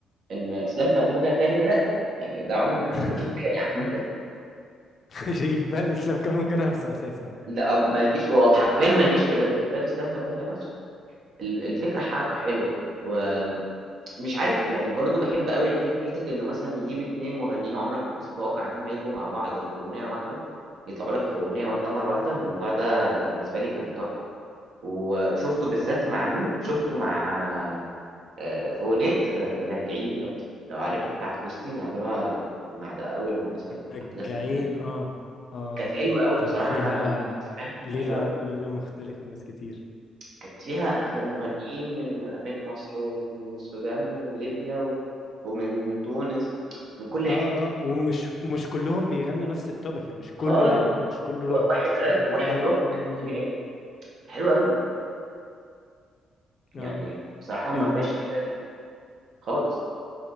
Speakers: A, on the right (about 65°); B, on the left (about 50°).
A: ان اسلام كابونجا يغني راب يعني ده عمري ما كان
B: <laughs>
A: هيجي في بالي عامه
B: مش هيجيب بال اسلام كامونجا نفسه اساسا
A: لأ ما يجيش هو حرفيًا ما يجيش في في بال إسلام كابونجا نفسه، ال الفكرة حركة حلوة، ومش عارف يعني برضه باحب أوي الحر حتة إنه مثلًا يجيب 2 مغنيين عمرك ما كنت تتوقع إن هم ييجوا مع بعض في أغنية واحدة، يطلعوا لك في أغنية واحدة مرة واحدة، الموضوع ده بالنسبة لي كان تحفة، و وشُفته بالذات مع مين، شُفته مع آآ في أغنية آه، راجعين لو تف لو عارفها بتاعة فلسطين اللي عملوها ل بعد أول ما حصل الأحداث
B: راجعين
A: اللي هناك،
B: اه اه
A: كانت حلوة أوي
B: كان
A: بصراحة
B: فيها
A: أنا ما مش فاهم،
B: ليلة
A: ده حلو أوي.
B: ليلة مختلفة وناس كتير
A: كانت فيها أغ- مغنيين من من مصر ومن السودان ومن ليبيا و- ومن تونس من كل
B: اه
A: حتة
B: اه ومش مش كلهم بيغنوا نفس التوبك يعني مش كله
A: خالص
B: راب مش كله
A: كو-
B: روك
A: واحد
B: مش
A: راب
B: كله
A: واحد
B: لا لا
A: روك
B: لا كله
A: أمير عيد حلو قوي يعني
B: اه
A: بصراحة ما
B: ال
A: جاش في بالي خالص